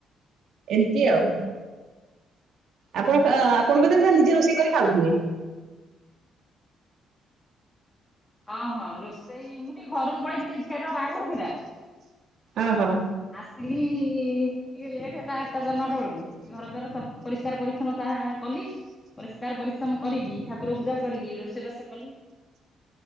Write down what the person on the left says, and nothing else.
ଓହଁ ରୋଷେଇ, ମୁଁ ଟିକେ ଘରକୁ ପଳେଇଥିଲି ଝିଆରୀର ବାହାଘର ଥିଲା।
ଆସିଲି ଇ ଇ ଟିକେ ଲେଟ୍ ହେଲା ଆଠଟା ଦ ନଅଟା ବେଳକୁ, ଟିକେ ଘର ଦ୍ଵାରା ସ ପରିଷ୍କାର ପରିଛନ ତାହା କଲି ପରିଷ୍କାର ପରିଛନ କରିକି, ଠାକୁର ପୂଜା କରିକି, ରୋଷେଇବାସ କଲି।